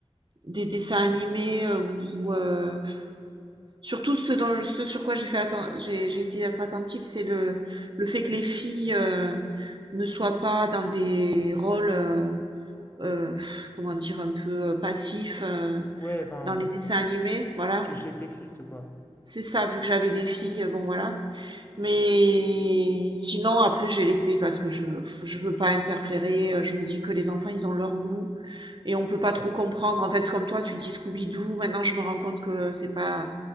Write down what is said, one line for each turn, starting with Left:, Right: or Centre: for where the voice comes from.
Right: des dessins animés, heu, ou heu, surtout ce dans ce sur quoi j'ai fait atten j'ai j'ai essayé d'être attentive, c'est le le fait que les filles, heu, ne soient pas dans des rôles, heu heu, comment dire? Un peu, heu, passifs, heu,
Left: Ouais, enfin,
Right: dans les dessins animés, voilà.
Left: cliché sexiste, quoi.
Right: C'est ça, vu que j'avais des filles, euh, bon voilà. Mais sinon, après, j'ai laissé parce que je je veux pas interférer. euh, Je me dis que les enfants, ils ont leur goût et on peut pas trop comprendre. En fait, c'est comme toi, tu dis Scooby-Doo. Maintenant, je me rends compte que c'est pas